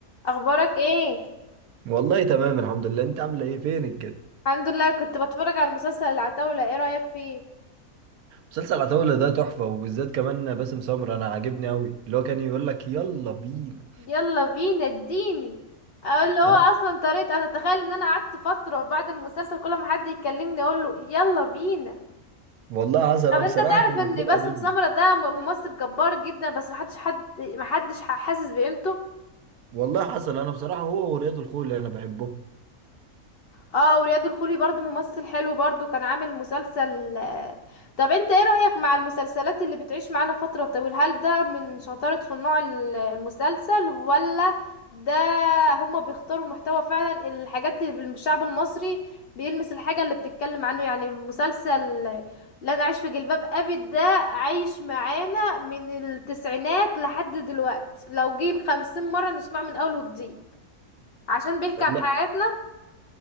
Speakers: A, on the left; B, on the right.
A: اخبارك ايه
B: والله تمام الحمد لله انت عامله ايه فينك كده
A: الحمد لله كنت بتفرج على المسلسل العتاولة ايه رأيك فيه
B: مسلسل عتاولة ده تحفه وبالذات كمان باسم سمرة انا عاجبني قوي اللي هو كان يقول لك يلا بينا
A: يلا بينا اديني اقول له هو
B: اه،
A: اصلا طريقة انا اتخيل ان انا قعدت فترة بعد المسلسل كل ما حد يكلمني اقول له يلا بينا
B: والله حسن انا
A: طب انت
B: بصراحه
A: تعرف
B: كان
A: ان
B: مكتوب
A: باسم
B: عاجبني
A: سمرة ده م- ممثل جبار جدا بس محدش حد محدش ح- حاسس بقيمته
B: والله حسن انا بصراحه هو ورياض الخولي انا بحبهم
A: اه ورياض الخولي برضو ممثل حلو برضو كان عامل مسلسل آه، طب انت ايه رأيك مع المسلسلات اللي بتعيش معانا فترة طويلة هل ده من شطارة صناع ال- المسلسل ولا ده هما بيختاروا محتوى فعلا الحاجات اللي بالشعب المصري بيلمس الحاجة اللي بتتكلم عنه يعني مسلسل آه، لا انا عايش في جلباب ابي ده عايش معانا من التسعينات لحد دلوقتي لو جيب خمسين مرة نسمعه من اول وجديد عشان بيحكي
B: والله
A: عن حياتنا